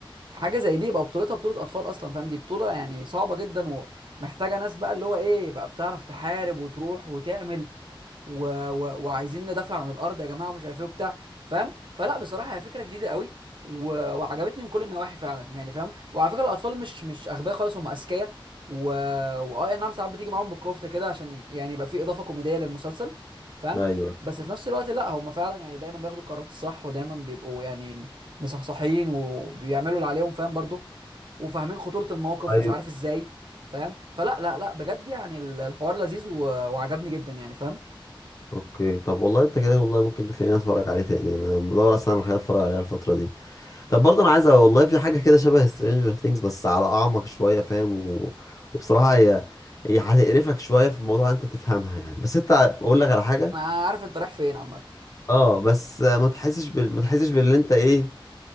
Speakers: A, on the right; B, on the left.
A: حاجه زي دي يبقى بطولتها بطوله اطفال اصلا فاهم دي بطوله يعني صعبه جدا ومحتاجه ناس بقى اللي هو ايه يبقى بتعرف تحارب وتروح وتعمل و... و... وعايزين ندافع عن الارض يا جماعه ومش عارف ايه وبتاع فاهم فلا بصراحه هي فكره جديده قوي و... وعجبتني من كل النواحي فعلا يعني فاهم وعلى فكره الاطفال مش مش اغبياء خالص هم اذكياء و واه نعم ساعات بتيجي معاهم بالكفته كده عشان ي- يعني يبقى في اضافه كوميديه للمسلسل فاهم
B: ايوه
A: بس في نفس الوقت لا هم فعلا يعني دايما بياخدوا القرارات الصح ودايما بيبقوا يعني مصحصحين وبيعملوا اللي عليهم فاهم برضو وفاهمين خطورة الموقف
B: طيب
A: مش عارف ازاي فاهم فلا لا لا بجد يعني ال- الحوار لذيذ و- وعجبني جدا يعني فاهم
B: اوكي طب والله انت كده والله ممكن تخليني اتفرج عليه تاني انا بدور اصلا على حاجه اتفرج عليها الفتره دي طب برضه انا عايز والله في حاجه كده شبه سترينجر ثينجز بس على اعمق شويه فاهم و... وبصراحه هي هي هتقرفك شويه في الموضوع انت تفهمها يعني بس انت اقول لك على حاجه
A: انا عارف انت رايح فين عامه
B: اه بس ما تحسش بال... ما تحسش باللي انت ايه,